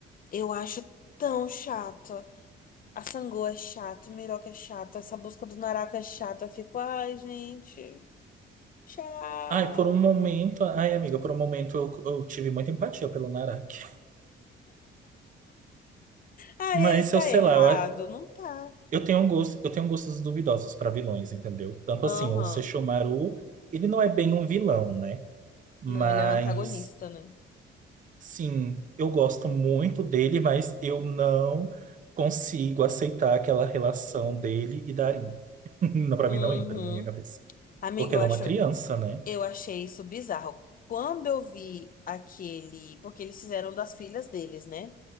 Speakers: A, on the left (about 45°); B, on the right (about 40°).
A: eu acho tão chato. A Sangô é chato, o Miroca é chato, essa busca do Naraka é chata. Eu fico, ai, gente, tchau.
B: Ai, por um momento, ai, amiga, por um momento eu, eu tive muita empatia pelo Naraki.
A: Ah,
B: Mas
A: ele tá
B: eu sei
A: errado.
B: lá, eu,
A: Não tá.
B: eu tenho um gosto, eu tenho gostos duvidosos pra vilões, entendeu? Tanto
A: Aham.
B: assim, o Sesshomaru, ele não é bem um vilão, né? Mas
A: Não, ele é um antagonista, né?
B: Sim, eu gosto muito dele, mas eu não consigo aceitar aquela relação dele e Darin. <laughs> Não, para
A: Uhum.
B: mim não entra na minha cabeça.
A: Amigo,
B: Porque
A: eu
B: ela
A: acho.
B: é uma criança, né?
A: Eu achei isso bizarro. Quando eu vi aquele. Porque eles fizeram das filhas deles, né?